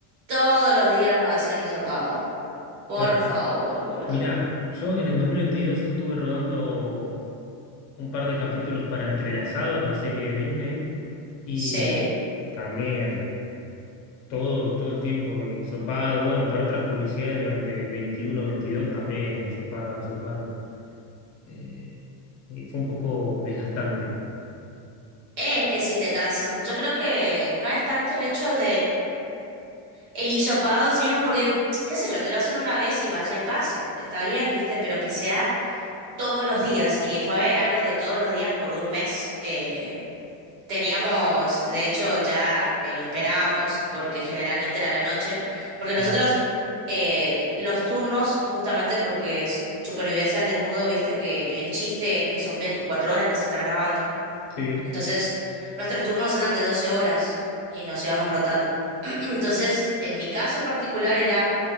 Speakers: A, on the right (about 80°); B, on the left (about 40°).
A: todos los días nos hacían hisopado. Por
B: Claro.
A: favor, boludo.
B: Mirá, yo en el 2022 estuve rodando un par de capítulos para Entrelazados, la serie de Disney, y
A: Sí.
B: también. Todo, todo el tiempo, y sopado. Bueno, para otras publicidades durante veintiuno veintidós también, sopado, sopado. Eh, y fue un poco desgastante.
A: Es que sí te cansa. Yo creo que no es tanto el hecho El hisopado en sí mismo, porque, qué sé yo, te lo hacen una vez y vaya y pase. Está bien, ¿viste? Pero que sea todos los días. Y fue algo de todos los días por un mes. Eh, teníamos, de hecho, ya que lo esperábamos, porque generalmente era la noche, porque nosotros
B: Mm.
A: eh, los turnos, justamente porque es supervivencia al desnudo, ¿viste? Que el chiste es que son 24 horas que se está grabando.
B: Sí.
A: Entonces, nuestros turnos eran de 12 horas y nos íbamos rotando. <clears throat> Entonces, en mi caso particular era